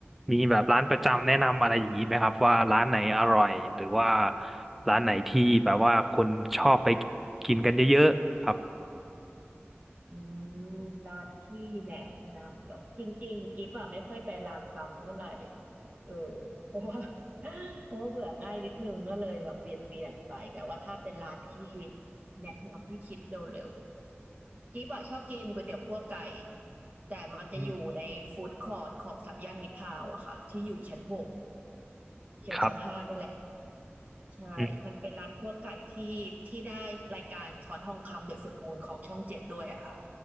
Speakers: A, in the centre; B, on the right.
A: มีแบบร้านประจำแนะนำอะไรอย่างนี้ไหมครับว่าร้านไหนอร่อยหรือว่าร้านไหนที่แบบว่าคนชอบไปกินกันเยอะๆครับ
B: อืมร้านที่แนะนำเหรอจริงๆกิ๊บอะไม่ค่อยไปร้านซ้ำเท่าไหร่เออ <laughs> เพราะว่า <laughs> เพราะว่าเบื่อง่ายนิดนึงก็เลยแบบเวียนเวียนไปแต่ว่าถ้าเป็นร้านที่แนะนำที่คิดเร็วๆกิ๊บอะชอบกินก๋วยเตี๋ยวคั่วไก่แต่มันจะอยู่ในฟู้ดคอร์ทของสัมย่านมิตรทาวน์อะค่ะที่อยู่ชั้นหก
A: อืม
B: เฉียวชั้นห้าเนี่ยแหละ
A: ครับ
B: ใช่มันเป็นร้านคั่วไก่ที่ที่ได้รายการช้อนทองคำเดอะสปูนของช่องเจ็ดด้วยอะค่ะ
A: อืม